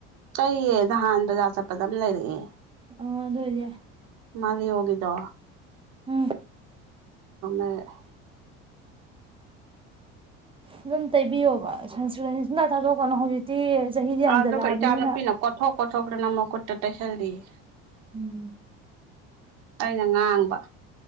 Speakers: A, on the right (about 65°); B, on the right (about 20°).
A: ꯆꯩꯌꯦ ꯅꯍꯥꯟ ꯕꯖꯥꯔ ꯆꯠꯄꯗ ꯑꯃ ꯂꯩꯔꯛꯑꯦ
B: ꯑ ꯑꯗꯔꯦ
A: ꯃꯥꯔꯤ ꯍꯒꯗꯣ
B: ꯎꯝ
A: ꯂꯩꯔꯛꯑꯦ
B: ꯑꯗꯨꯝ ꯇꯩꯕꯤꯌꯣꯕ ꯁꯪꯁꯀ꯭ꯔꯤ ꯁꯨꯝꯇ ꯊꯥꯗꯣꯛꯀꯅ ꯍꯧꯖꯤꯛꯇꯤ ꯆꯍꯤꯗꯤ ꯌꯥꯝꯖꯜꯂꯛꯑꯕꯅꯤꯅ
A: ꯑꯗꯨꯒ ꯏꯆꯥꯅꯨꯄꯤꯅ ꯀꯣꯠꯊꯣꯛ ꯀꯣꯠꯊꯣꯛꯇꯅ ꯃꯈꯨꯠꯇ ꯇꯩꯁꯜꯂꯤꯌꯦ
B: ꯎꯝ
A: ꯑꯩꯅ ꯉꯥꯡꯕ